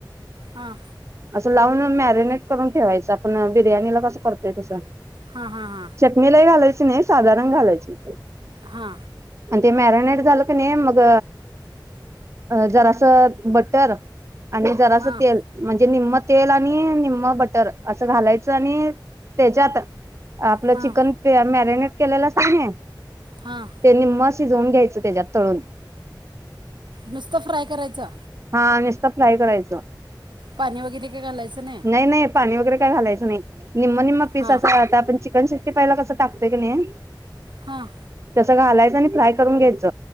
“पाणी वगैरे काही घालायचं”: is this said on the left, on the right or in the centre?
Right